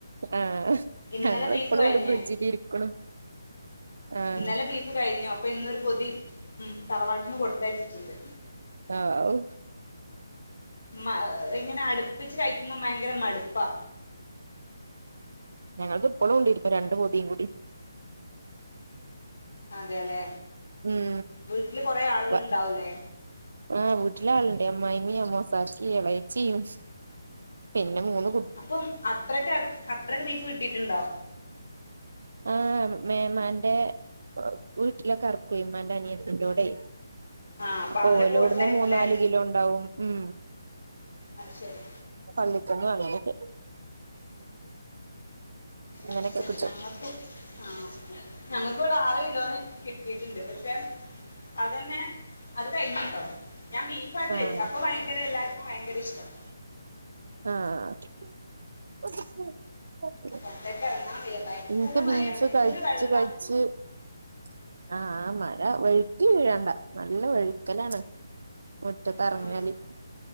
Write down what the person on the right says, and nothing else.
ആഹ്
ഞങ്ങള്
ഇപ്പളു
ഇണ്ട് ഫ്രിഡ്ജില് ഇരിക്കണു ആഹ്
ഹാവു
ഞങ്ങളത് ഇപ്പളുണ്ട് രണ്ട് പൊതിം കൂടി
ഉം
വ ആഹ് വീട്ടിലാള്ണ്ട് അമ്മായിമീ അമ്മോസാക്കി എളച്ചിം പിന്നെ മൂന്ന്
ആഹ് മേമാന്റെ വീട്ടിലെക്കെ അറക്കേ ഉമ്മാന്റെ അനിയത്തിന്റോടേം
അപ്പൊ
ഓലോടുന്ന്
മൂന്നാല് കിലോണ്ടാവും ഉം
പള്ളിക്കന്നും അങ്ങനൊക്കെ അങ്ങനെയൊക്കെ
കിട്ടും
ആഹ്
ആഹ്
എനിക്ക്
ബീഫ്
കഴിച്ച്
<unintelligible> ആഹ് ആഹ് മഴ വഴുക്കി വീഴണ്ടാ നല്ല വഴുക്കലാണ്. മുറ്റത്തെറങ്ങിയാല്.